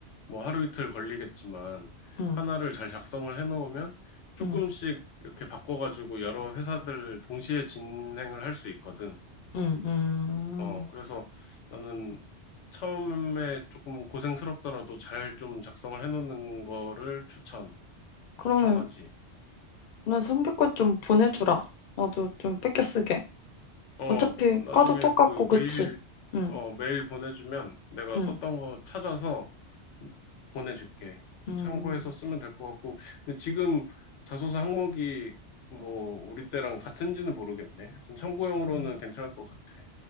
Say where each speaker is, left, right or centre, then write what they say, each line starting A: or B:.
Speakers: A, on the left; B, on the left.
A: 뭐 하루 이틀 걸리겠지만
B: 응,
A: 하나를 잘 작성을 해놓으면 조금씩
B: 응,
A: 이렇게 바꿔가지고 여러 회사들 동시에 진행을 할 수 있거든.
B: 응, 응.
A: 어, 그래서 나는 처음에 조금 고생스럽더라도 잘 좀 작성을 해놓는 거를 추천,
B: 그러면
A: 추천하지.
B: 나 선배 거 좀 보내주라. 나도 좀 뺏겨 쓰게.
A: 어,
B: 어차피
A: 나중에
B: 과도 똑같고
A: 그
B: 그치?
A: 메일
B: 응,
A: 어, 메일 보내주면 내가
B: 응,
A: 썼던 거 찾아서 보내줄게.
B: 응.
A: 참고해서 쓰면 될 것 같고. 근데 지금 자소서 항목이 뭐 우리 때랑 같은지는 모르겠네. 하여튼 참고용으로는
B: 응.
A: 괜찮을 것 같아.